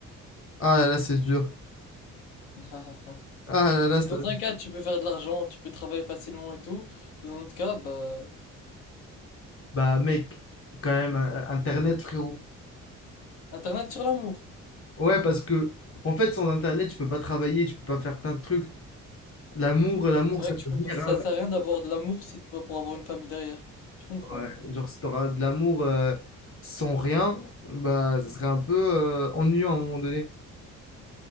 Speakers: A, on the left; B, on the left.
A: Ah, là, c'est dur.
B: <laughs> Parce
A: Ah là là,
B: que
A: ça...
B: dans un cas, tu peux faire de l'argent, tu peux travailler facilement et tout. Dans un autre cas, bah,
A: Bah mec, quand même, euh, Internet frérot.
B: Internet sur l'amour.
A: Ouais, parce que, en fait, sans Internet, tu peux pas travailler, tu peux pas faire plein de trucs. L'amour, l'amour,
B: C'est vrai
A: ça
B: que tu
A: peut
B: peux
A: venir
B: pas, ça
A: avec.
B: sert à rien d'avoir de l'amour si tu vas pour avoir une famille derrière. Je comprends.
A: ouais. Genre, si t'auras de l'amour euh, sans rien, bah ça serait un peu euh, ennuyant à un moment donné.